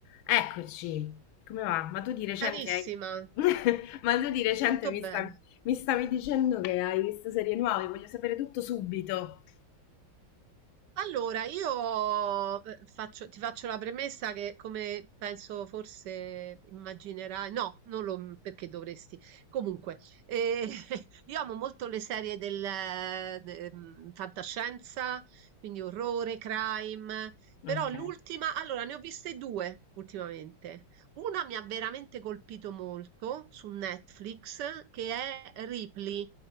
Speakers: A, on the left; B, on the right.
A: Eccoci, come va? Ma tu di recente
B: Carissima,
A: hai... <laughs> Ma tu di recente
B: tutto
A: mi
B: bene.
A: sta- mi stavi dicendo che hai visto serie nuove, voglio sapere tutto subito.
B: Allora, io eh, faccio- ti faccio la premessa che, come penso forse immaginerai, no, non lo perché dovresti. Comunque, eh, <laughs> io amo molto le serie del, eh, de- mm, fantascienza, quindi orrore, crime, però
A: Ok,
B: l'ultima, allora ne ho viste due ultimamente. Una mi ha veramente colpito molto su Netflix, che è Ripley.